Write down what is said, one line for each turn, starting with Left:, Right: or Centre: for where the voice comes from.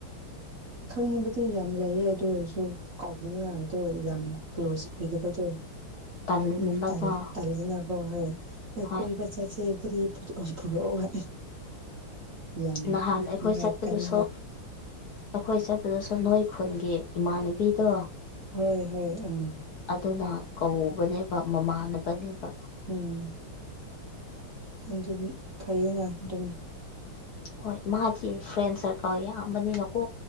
Right: ꯈꯪꯉꯨꯕꯗꯤ ꯌꯥꯝ ꯂꯩꯌꯦ ꯑꯗꯨ ꯑꯣꯏꯔꯁꯨ ꯀꯥꯎꯅꯤꯉꯥꯏꯗꯣ ꯌꯥꯝ ꯀ꯭ꯂꯣꯁ ꯑꯣꯏꯗꯕꯗꯣ
Left: ꯇꯜꯂꯒ
Right: ꯑꯃꯨꯛ ꯇꯜꯂꯤꯅꯕꯣ ꯍꯣꯏ
Left: ꯍꯣꯏ
Right: ꯀꯣꯏꯕ ꯆꯁꯦ ꯔꯤ ꯄꯨꯔꯣ ꯍꯥꯏ ꯌꯥꯝ
Left: ꯅꯍꯥꯟ ꯑꯩꯈꯣꯏ
Right: ꯃꯥꯏꯀꯔ
Left: ꯆꯠꯄꯗꯨꯁꯨ ꯑꯩꯈꯣꯏ ꯆꯠꯄꯗꯁꯨ ꯅꯣꯏ ꯈꯨꯟꯒꯤ ꯏꯃꯥꯟꯅꯕꯤꯗꯣ
Right: ꯍꯣꯏ ꯍꯣꯏ ꯎꯝ
Left: ꯑꯗꯨꯅ ꯀꯧꯕꯅꯦꯕ ꯃꯃꯥꯟꯅꯕꯅꯦꯕ
Right: ꯎꯝ ꯑꯗꯨ ꯐꯩꯌꯦꯅ ꯑꯗꯨꯝ
Left: ꯍꯣꯏ ꯃꯥꯗꯤ ꯐ꯭ꯔꯦꯟ ꯁꯔꯀꯜ ꯌꯥꯝꯕꯅꯤꯅꯀꯣ